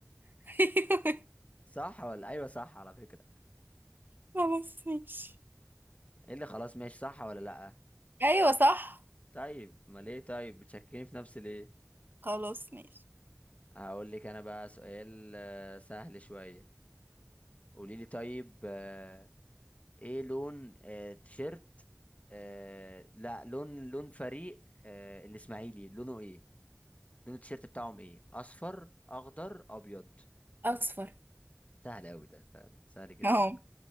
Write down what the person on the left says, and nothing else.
صح ولا ايوه صح على فكرة
ايه اللي خلاص ماشي صح ولا لا
طيب ما ليه طيب بتشكيني في نفسي ليه
هقول لك انا بقى سؤال آه، سهل شوية قولي لي طيب آه، ايه لون آه، تيشيرت آه، لا لون لون فريق آه، الاسماعيلي لونه ايه لون التيشيرت بتاعهم ايه اصفر اخضر ابيض
سهل أوي ده فعلا سهل جدا